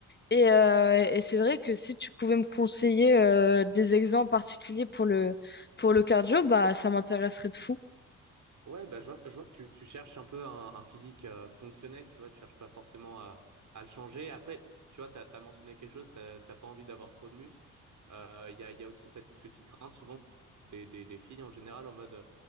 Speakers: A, on the left; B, on the right.
A: Et, euh, et c'est vrai que si tu pouvais me conseiller euh, des exemples particuliers pour le, pour le cardio, bah, ça m'intéresserait de fou.
B: Ouais, bah, je vois, je vois que tu, tu cherches un peu un, un physique euh, fonctionnel, tu vois, tu cherches pas forcément à, à le changer. Après, tu vois, t'as, t'as mentionné quelque chose, t'as, t'as pas envie d'avoir trop de muscles. Euh, Il y a, il y a aussi cette petite crainte, souvent, des, des, des filles en général, en mode, euh,